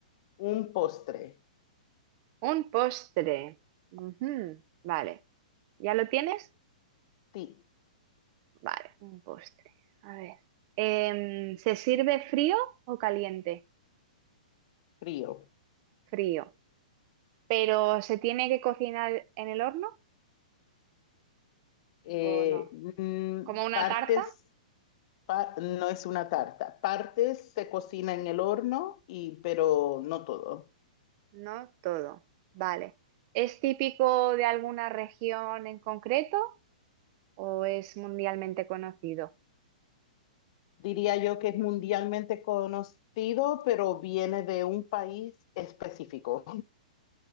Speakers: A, on the left; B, on the right.
A: un postre,
B: un postre. Ujú, Vale. ¿Ya lo tienes?
A: sí,
B: Vale, un postre. A ver. Em, ¿se sirve frío o caliente?
A: frío.
B: Frío. ¿Pero se tiene que cocinar en el horno
A: Eh,
B: o no?
A: mm,
B: ¿Como una
A: partes,
B: tarta?
A: pa- no es una tarta, partes se cocina en el horno, y, pero no todo.
B: No, todo. Vale. ¿Es típico de alguna región en concreto ¿O es mundialmente conocido?
A: diría yo que es mundialmente conocido, pero viene de un país específico.